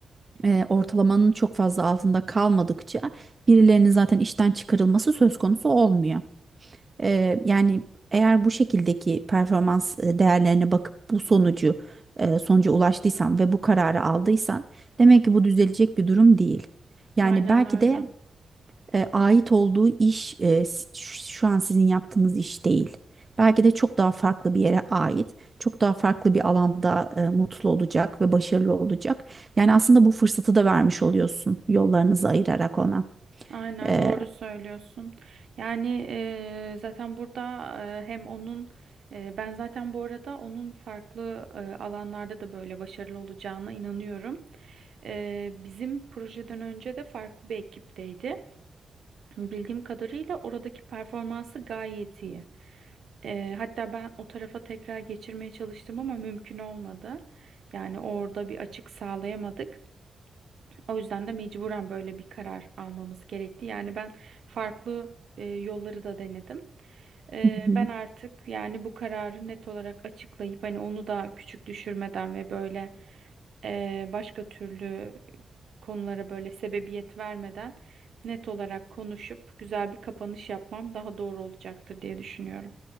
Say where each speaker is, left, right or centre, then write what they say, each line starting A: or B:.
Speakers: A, on the right; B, on the right.
A: e, ortalamanın çok fazla altında kalmadıkça birilerinin zaten işten çıkarılması söz konusu olmuyor. E, yani eğer bu şekildeki performans e, değerlerine bakıp bu sonucu e, sonuca ulaştıysan ve bu kararı aldıysan demek ki bu düzelecek bir durum değil. Yani
B: Aynen
A: belki
B: öyle.
A: de e, ait olduğu iş e, s- şu an sizin yaptığınız iş değil. Belki de çok daha farklı bir yere ait, çok daha farklı bir alanda e, mutlu olacak ve başarılı olacak. Yani aslında bu fırsatı da vermiş oluyorsun yollarınızı ayırarak ona.
B: Aynen
A: E,
B: doğru söylüyorsun. Yani eee, zaten burada eee, hem onun eee, ben zaten bu arada onun farklı eee, alanlarda da böyle başarılı olacağına inanıyorum. Eee, bizim projeden önce de farklı bir ekipteydi. Bildiğim kadarıyla oradaki performansı gayet iyi. Eee, hatta ben o tarafa tekrar geçirmeye çalıştım ama mümkün olmadı. Yani orada bir açık sağlayamadık. O yüzden de mecburen böyle bir karar almamız gerekti. Yani ben farklı e, yolları da denedim. E,
A: Hı hı.
B: ben artık yani bu kararı net olarak açıklayıp hani onu da küçük düşürmeden ve böyle e, başka türlü konulara böyle sebebiyet vermeden net olarak konuşup güzel bir kapanış yapmam daha doğru olacaktır diye düşünüyorum.